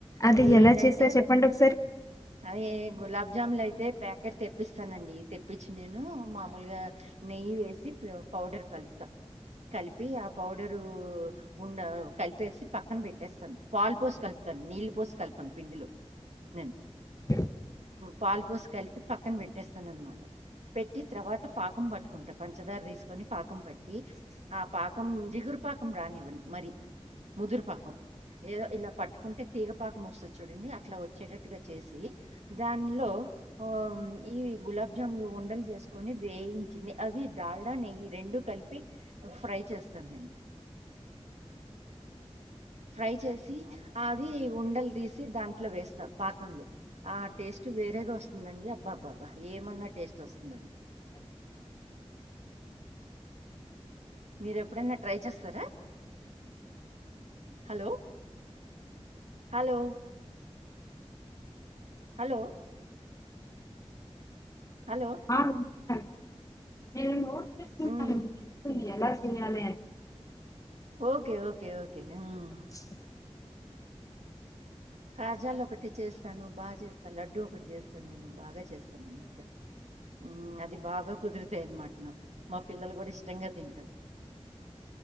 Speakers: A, on the left; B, on the right.
A: అది
B: అయి
A: ఎలా
B: ఏంటంటే
A: చేసారు చెప్పండి ఒకసారి
B: అవి గులాబ్ జాముున్ ఐతే ఐతే ప్యాకెట్ తెప్పిస్తానండి తెప్పించి నేను మామూల్గా నెయ్యి వేసి పౌడర్ కల్పుతా కలిపి ఆ పౌడరు ఉండ కలిపేసి పక్కన పెట్టేస్తాను పాలు పోసి కలుపుతాను నీళ్ళు పోసి కలపను పిండిలో నేను
A: <inaudible>
B: పాలు పోసి కలిపి పక్కన పెట్టేస్తాననమాట పెట్టి త్రవాత పాకం పట్టుకుంట పంచదార తీసుకొని పాకం పట్టి ఆ పాకం జిగురు పాకం రానివ్వను మరి ముదురు పాకం ఏదో ఇలా పట్టుకుంటే తీగ పాకం వస్త చూడండి అట్లా వచ్చేటట్టుగా చేసి దానిలో ఆ ఈ గులాబ్జాములు ఉండలు చేసుకొని వేయించింది అది దాల్డా నెయ్యి రెండు కలిపి ఫ్రై చేస్తాను నేను ఫ్రై చేసి అది ఉండలు తీసి దాంట్లో వేస్తా పాక్ కంలో ఆ టేస్ట్ వేరేగా వస్తుందండి అబ్బా అబ్బా అబ్బా ఏమన్నా టేస్ట్ వస్తుంది అది
A: <inaudible>
B: మీరేప్పుడన్న ట్రై చేస్తారా హలో హలో హలో హలో!
A: నేను వినిపిస్తానంది నిను నోట్ చేసుకుంటానా
B: హ్మ్.
A: నువ్వు చెప్తుంది ఎలా చెయ్యాలె అని
B: ఓకే ఓకే ఓకే హ్మ్.
A: <inaudible>
B: కాజాలోకటి చేస్తాను బాగా చేస్తాను లడ్డూ ఒకటి చేస్తాను నేను బాగా చేస్తానన్నమాట మ్ అది బాగా కుదురుతాయన్నమాట నాకు మా పిల్లలు కూడా ఇష్టంగా తింటారు